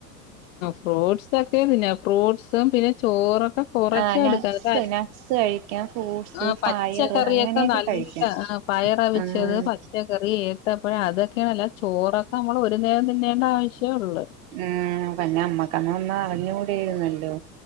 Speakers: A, on the left; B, on the right.
A: ഫ്രൂട്ട്സൊക്കെ തിന്നാം ഫ്രൂട്ട്സും പിന്നെ ചോറൊ കൊറച്ചേ
B: ആഹ് നട്ട്സ്
A: എടുക്ക
B: നട്ട്സ് കഴിക്കാം ഫ്രൂട്ട്സ്
A: ആ പച്ചക്കറിയൊക്കെ
B: പയറ് അങ്ങനെയൊക്കെ
A: നല്ല
B: കഴിക്കാം
A: പയറ് അവിച്ചത്
B: ആഹ്
A: പച്ചക്കറി ഏത്തപ്പഴം അത് <unintelligible> ചോറൊക്കെ നമ്മള് ഒരു നേരം തിന്നേണ്ട ആവശ്യമേ ഉള്ളു
B: ഉം പിന്നെ നമ്മക്കന്ന് ഒന്നും അറിഞ്ഞൂടേരുന്നല്ലോ